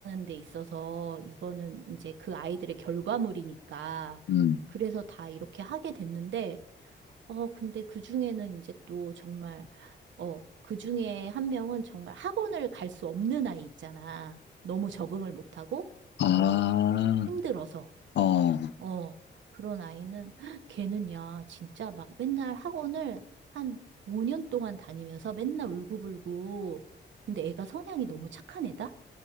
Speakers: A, on the right; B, on the left.
A: 데 있어서 이거는 이제 그 아이들의 결과물이니까
B: 음.
A: 그래서 다 이렇게 하게 됐는데 어, 근데 그 중에는 이제 또 정말, 어, 그 중에 한 명은 정말 학원을 갈 수 없는 아이 있잖아. 너무 적응을 못하고,
B: 아,
A: 어, 힘들어서,
B: 어,
A: 어, 그런 아이는, 헉, 걔는 야, 진짜 막 맨날 학원을 한 5년 동안 다니면서 맨날 울고불고, 근데 애가 성향이 너무 착한 애다?